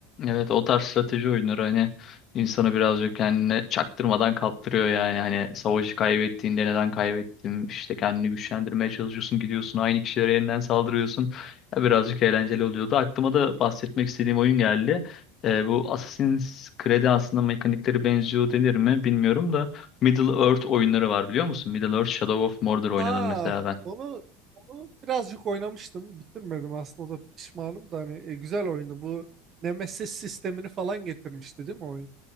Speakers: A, on the left; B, on the right.
A: Evet o tarz strateji oyunları hani insanı birazcık kendine çaktırmadan kaptırıyor yani. Hani savaşı kaybettiğinde neden kaybettim işte kendini güçlendirmeye çalışıyorsun gidiyorsun aynı kişilere yeniden saldırıyorsun. Ya birazcık eğlenceli oluyordu. Aklıma da bahsetmek istediğim oyun geldi. Ee, bu Assassin's Creed'e aslında mekanikleri benziyor denir mi bilmiyorum da Middle Earth oyunları var biliyor musun? Middle Earth Shadow of Mordor oynadım
B: Ha
A: mesela ben.
B: onu onu birazcık oynamıştım bitirmedim aslında o da pişmanım da hani e, güzel oyundu bu Nemesis sistemini falan getirmişti değil mi oyun?